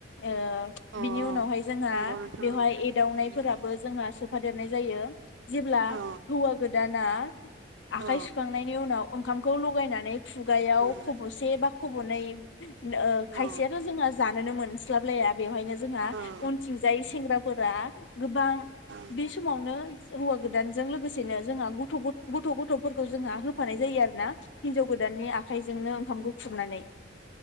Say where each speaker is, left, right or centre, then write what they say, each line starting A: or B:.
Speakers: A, on the left (about 75°); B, on the right (about 75°).
A: ओ
B: औ
A: बिनि
B: औ
A: उनावहाय ज जोंहा
B: नंगौ नोंथां
A: बेवहाय
B: नंगौ
A: एदावनायफोराबो
B: उम
A: जोंहा सुब थाफा देरनाय जायो जेब्ला
B: औ
A: हौवा गोदाना आखाइ
B: औ
A: सुखांनायनि उनाव ओंखामखौ लगायनानैब खुगायाव
B: उम
A: खबसे बा खबनै ओ खायसेयाथ'
B: औ
A: जोंहा जानोनो मोनस्लाबलाया बेवहायनो जोंहा
B: औ औ उम औ
A: उनथिंजाय सेंग्राफोरा गोबां
B: औ
A: बे समावनो हौवा गोदानजों लोगोसेनो जोंहा गथ' गथ गथ' गथ'फोरखौ जोंहा होफानाय जायो आरो ना हिनजाव गोदाननि आखाइजोंनो ओंखामखौ खुरनानै